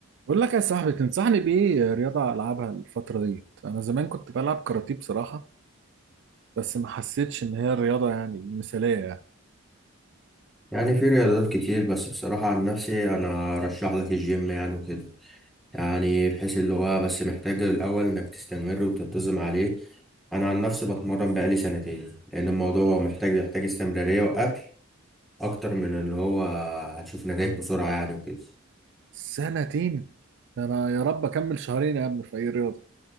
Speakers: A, on the right (about 60°); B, in the centre.
A: بقول لك يا صاحبي تنصحني بإيه رياضة ألعبها الفترة دي؟ أنا زمان كنت بلعب كاراتيه بصراحة بس ما حسيتش إن هي الرياضة يعني المثالية يعني
B: يعني في رياضات كتير بس بصراحة عن نفسي أنا أرشح لك الجيم يعني وكده يعني بحيث اللي هو بس محتاج الأول إنك تستمر وتنتظم عليه أنا عن نفسي بتمرن بقالي سنتين لأن الموضوع هو محتاج يحتاج استمرارية وأكل أكتر من اللي هو هتشوف نتائج بسرعة يعني وكده
A: سنتين ده أنا يا رب أكمل شهرين يا عم في أي رياضة